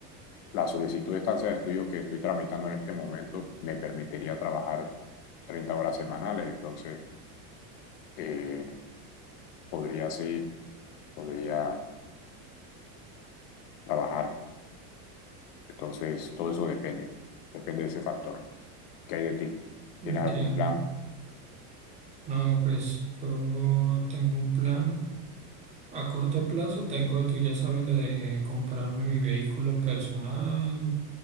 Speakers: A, on the left; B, on the right.
A: La solicitud de estancia de estudio que estoy tramitando en este momento me permitiría trabajar 30 horas semanales, entonces eh, podría sí, podría trabajar. Entonces todo eso depende, depende de ese factor. ¿Qué hay de ti?
B: Entiendo.
A: ¿Tienes algún plan?
B: No, pues yo tengo un plan. A corto plazo tengo, tú ya sabes, lo de comprarme mi vehículo personal.